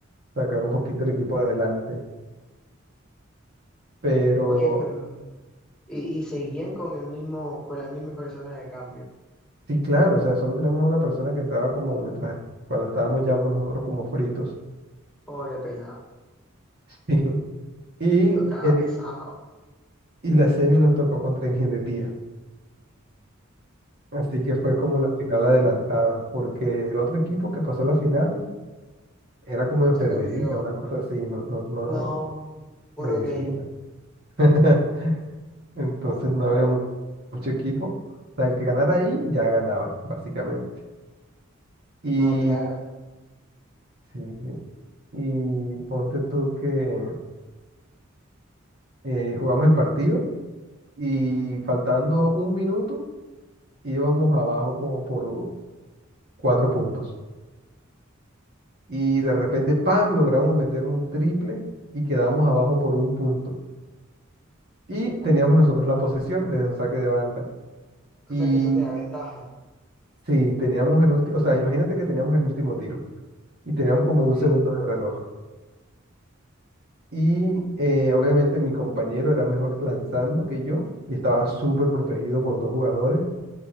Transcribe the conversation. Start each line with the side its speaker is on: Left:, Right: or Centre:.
Right: sacar un poquito el equipo adelante. Pero
Centre: Oye, pero. Y, y seguían con el mismo, con la misma persona de cambio.
Right: sí, claro, o sea, solo teníamos una persona que entraba como mientras, cuando estábamos ya nosotros como fritos.
Centre: Pobre pelado.
Right: <laughs> Y,
Centre: Le tocaba
Right: el-
Centre: pesado.
Right: y la semi nos tocó contra ingeniería. Así que fue
Centre: Uh.
Right: como la final adelantada, porque el otro equipo que pasó a la final Era como enfermería,
Centre: Se retiró.
Right: una cosa así, no, no, no,
Centre: No, puro
Right: medicina.
Centre: gay.
Right: <laughs> Entonces no había mu- mucho equipo. O sea, el que ganara ahí ya ganaba, básicamente. Y,
Centre: No, claro.
Right: sí, sí. Y ponte tú que eh, jugamos el partido y faltando un minuto íbamos abajo como por cuatro puntos. Y de repente, ¡pam!, logramos meter un triple y quedamos abajo por un punto. Y teníamos nosotros la posesión desde un saque de banda. Y
Centre: O sea que eso te da ventaja.
Right: Sí, teníamos el último, o sea, imagínate que teníamos el último tiro y teníamos como
Centre: Ok.
Right: un segundo de reloj. Y eh, obviamente mi compañero era mejor lanzando que yo y estaba súper protegido por dos jugadores.